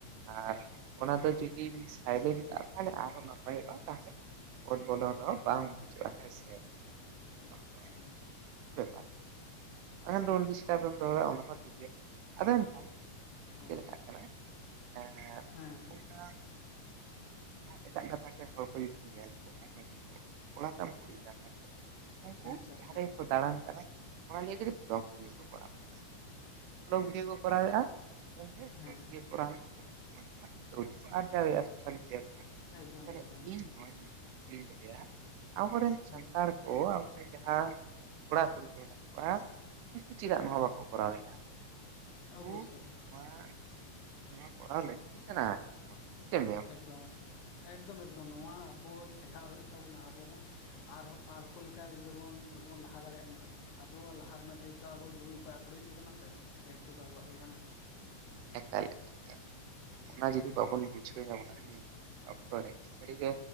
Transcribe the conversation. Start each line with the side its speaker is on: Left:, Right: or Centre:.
Right: ᱟᱨ ᱚᱱᱟ ᱫᱚ ᱡᱩᱫᱤᱢ ᱥᱟᱭᱞᱮᱱᱴ ᱠᱷᱜ-ᱟ ᱛᱟᱦᱞᱮ ᱟᱨᱦᱚᱸ ᱱᱟᱯᱟᱭᱚᱜ-ᱟ ᱛᱟᱦᱞᱮ᱾ ᱩᱫᱵᱳᱫᱚᱱ ᱨᱮᱦᱚᱸ ᱵᱟᱝ ᱵᱩᱡᱷᱟᱹᱜ-ᱟ ᱦᱮᱸ ᱥᱮ,
Left: ᱟᱪᱪᱷᱟ ᱟᱪᱪᱷᱟ
Right: ᱦᱳᱭ
Left: ᱜᱚᱝᱠᱮ
Right: <unintelligible> ᱡᱚᱠᱷᱚᱱ ᱛᱚᱠᱷᱚᱱ ᱰᱤᱥᱴᱟᱵ-ᱮᱢ ᱫᱚᱦᱚᱭᱟ ᱚᱱᱟ ᱦᱚᱸ ᱴᱷᱤᱠ ᱜᱮᱭᱟ᱾ ᱟᱫ ᱮᱱᱠᱷᱟᱱ ᱪᱮᱫ
Left: ᱟᱪᱪᱷᱟ
Right: ᱞᱮᱠᱟᱜ ᱠᱟᱱᱟ, ᱮᱸᱜ
Left: ᱦᱮᱸ
Right: ᱚᱱᱟ ᱡᱟᱦᱟᱸ ᱮᱴᱟᱜ ᱜᱟᱛᱟᱠ ᱨᱮᱱ ᱦᱚᱲ ᱠᱚ ᱡᱩᱫᱤᱢ ᱧᱮᱞ ᱠᱚᱣᱟ ᱢᱟᱹᱱᱢᱤ ᱠᱚ᱾ ᱠᱚᱲᱟ ᱛᱟᱢ ᱠᱩᱲᱤ ᱛᱟᱢ ᱦᱮᱸ ᱥᱮ, ᱩᱝᱠᱩ
Left: ᱦᱮᱸ ᱥᱮ
Right: ᱡᱟᱦᱟᱸ
Left: ᱦᱮᱸ
Right: ᱨᱮᱜᱮᱠᱚ ᱫᱟᱬᱟᱱ ᱠᱟᱱᱟ᱾ ᱚᱱᱟ ᱞᱤᱭᱟᱹ ᱛᱮᱜᱮ ᱵᱞᱚᱜᱽ ᱵᱷᱤᱰᱭᱳ ᱠᱚ ᱠᱚᱨᱟᱣ ᱠᱟᱱᱟ, ᱵᱞᱚᱜᱽ ᱵᱷᱤᱰᱭᱳ ᱠᱚ ᱠᱚᱨᱟᱣᱮᱜ-ᱟ᱾ ᱟᱫᱚ ᱮᱱᱠᱷᱟᱱ ᱵᱞᱚᱜᱽ
Left: ᱦᱮᱸ
Right: ᱵᱷᱤᱰᱭᱳ ᱠᱚᱨᱟᱣ ᱞᱮᱠᱷᱟᱱ ᱜᱮ ᱚᱸᱰᱮ ᱠᱷᱚᱱ ᱠᱟᱹᱣᱰᱤ ᱠᱚ ᱟᱨᱡᱟᱣᱮᱜ-ᱟ ᱥᱳᱥᱟᱞ ᱢᱤᱰᱤᱭᱟ ᱨᱮ᱾
Left: ᱮᱠᱫᱚᱢ
Right: ᱛᱟᱞᱦᱮ
Left: ᱮᱠᱫᱚᱢ ᱮᱠᱫᱚᱢ
Right: ᱤᱧ ᱱᱚᱣᱟᱧ ᱠᱩᱠᱞᱤᱧ ᱫᱚᱦᱚᱭᱟ ᱟᱵᱚᱨᱮᱱ
Left: ᱦᱩᱸ
Right: ᱥᱟᱱᱛᱟᱲ ᱠᱚᱻ ᱟᱵᱚᱨᱮᱱ ᱡᱟᱦᱟᱸᱭ ᱠᱚᱲᱟ ᱠᱩᱲᱤ ᱠᱚ ᱦᱮᱱᱟᱜ ᱠᱚᱣᱟ᱾ ᱩᱱᱠᱩ ᱪᱮᱫᱟᱜ
Left: ᱦᱮᱸ
Right: ᱱᱚᱣᱟ ᱵᱟᱠᱚ ᱠᱚᱨᱟᱣᱮᱜ-ᱟ?
Left: ᱚᱵᱚᱥᱥᱳᱭ
Right: ᱩᱱᱠᱩ ᱱᱚᱣᱟ ᱱᱚᱣᱟ ᱠᱚᱨᱟᱣ ᱞᱟᱹᱠᱛᱤ ᱠᱟᱱᱟ᱾ ᱢᱚᱱᱮᱭᱟ, ᱪᱮᱫ ᱮᱢ ᱞᱟᱹᱭᱟ ᱜᱚᱝᱠᱮ?
Left: ᱮᱠᱫᱚᱢ ᱮᱠᱫᱚᱢ, ᱮᱠᱫᱚᱢ ᱮᱠᱫᱚᱢ ᱱᱚᱣᱟ ᱟᱵᱚ ᱪᱮᱸᱜᱷᱟᱜ ᱦᱩᱭᱩᱜ ᱛᱟᱵᱚᱱᱟ᱾ ᱟᱵᱚ ᱦᱚᱸ ᱟᱨ, ᱟᱨ ᱠᱚ ᱞᱮᱠᱟ ᱜᱮ ᱡᱮᱢᱚᱱ ᱟᱨ ᱵᱚᱱ ᱞᱟᱦᱟ ᱫᱟᱲᱮᱭᱟᱜ ᱢᱟ᱾ ᱟᱵᱚ ᱞᱟᱦᱟ ᱨᱮᱱᱟᱜ ᱫᱟᱭᱤᱛᱛᱚ ᱟᱵᱚ ᱡᱩᱣᱟᱹᱱ ᱠᱚᱲᱟ ᱠᱩᱲᱤ ᱜᱮ ᱠᱟᱱᱟ ᱥᱮ, ᱫᱟᱭᱤᱛᱛᱚ ᱫᱚ ᱟᱵᱚᱣᱟᱜ ᱜᱮ ᱠᱟᱱᱟ᱾
Right: ᱮᱠᱟᱞ ᱮᱠᱟᱞ ᱮᱠᱟᱞ ᱚᱱᱟ ᱡᱩᱫᱤ ᱵᱟᱵᱚᱱ ᱵᱩᱡᱷᱟᱹᱣ ᱧᱟᱢᱟ ᱡᱮ ᱚᱠᱛᱚ ᱨᱮ ᱥᱟᱹᱨᱤ ᱜᱮ